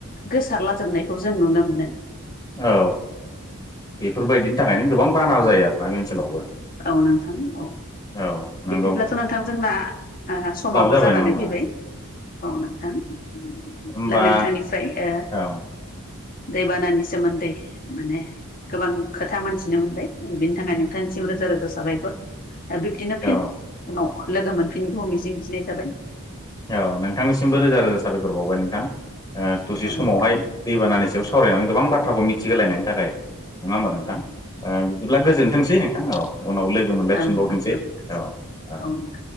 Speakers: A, on the left; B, on the left.
A: गोसारलाजोबनायखौ जों नुनो मोनो।
B: औ बेफोरबायदिनि थाखायनो गोबां बाना जायो आरोना बे ओनसोलावबो।
A: औ नोंथां औ।
B: औ। नंगौ
A: बिदिब्लाथ' नोंथां जोंना ओ समाबो
B: जाबाय
A: जानानै
B: नङा होमबा
A: फैबाय औ नोंथां।
B: होमबा
A: अब्ला नोंथांनिफ्राय ओ
B: औ
A: दैबानानि सोमोन्दै माने गोबां खोथा मोनथिनो मोनबाय बिनि थाखाय नोंथांनिसिम रोजा रोजा साबायखर आरो बिदि फिन
B: औ
A: उनाव लोगो मोनफिननायखौ मिजिंथिनाय जाबाय।
B: औ नोंथांनिसिमबो रोजा रोजा साबायखर बावबाय नोंथां ओ दसे
A: औ
B: समावहाय
A: नोंथां
B: दैबानानि सायाव सावरायनानै गोबां बाथ्राखौ मिथिहोलायनायनि थाखाय नङा होमबा नोंथां ओ बिदिब्ला गोजोनथोंसै नोंथां औ उनाव लोगो मोनलायफिनबावथोंसै
A: ओं गोजोनथोंसै
B: औ औ।
A: नोंथां